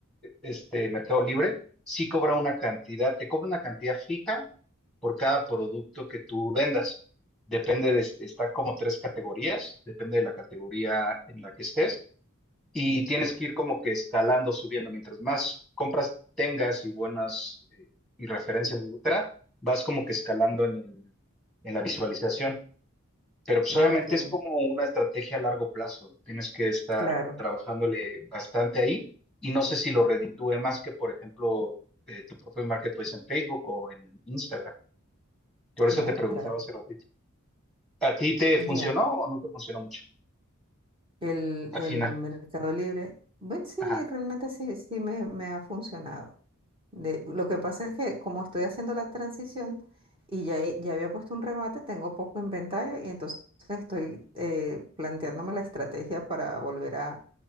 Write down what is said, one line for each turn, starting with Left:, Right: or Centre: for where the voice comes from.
Centre: este Mercado Libre, sí cobra una cantidad, te cobra una cantidad fija por cada producto que tú vendas. Depende de, están como tres categorías, depende de la categoría en la que estés y tienes que ir como que escalando, subiendo. Mientras más compras tengas y buenas eh, y referencias, etcétera, vas como que escalando en, el, en la visualización. Pero pues
Right: Ah,
Centre: obviamente
Right: ok.
Centre: es como una estrategia a largo plazo. Tienes que estar
Right: Claro,
Centre: trabajándole bastante ahí y no sé si lo reditúe más que, por ejemplo, eh, tu propio marketplace en Facebook o en Instagram. Por
Right: claro,
Centre: eso te preguntaba
Right: claro.
Centre: hace ratito. ¿A ti te
Right: Ya.
Centre: funcionó o no te funcionó mucho?
Right: El,
Centre: Al
Right: el
Centre: final.
Right: Mercado Libre, bueno, sí,
Centre: Ajá.
Right: realmente sí, sí me, me ha funcionado. De, lo que pasa es que como estoy haciendo la transición y ya, he- ya había puesto un remate, tengo poco inventario y entonces estoy eh, planteándome la estrategia para volver a,